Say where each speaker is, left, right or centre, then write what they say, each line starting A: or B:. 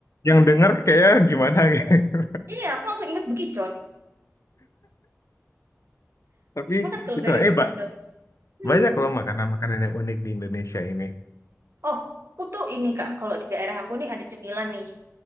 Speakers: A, on the left (about 65°); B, on the right (about 55°).
A: yang denger kayak gimana <laughs> gitu.
B: Iya, aku langsung inget bekicot.
A: Tapi
B: Gue kalau
A: itu
B: dari
A: eh
B: bekicot.
A: ba-
B: Hmm.
A: banyak loh makanan-makanan yang unik di Indonesia ini.
B: Oh, aku tuh ini Kak, kalau di daerah aku nih ada cemilan nih.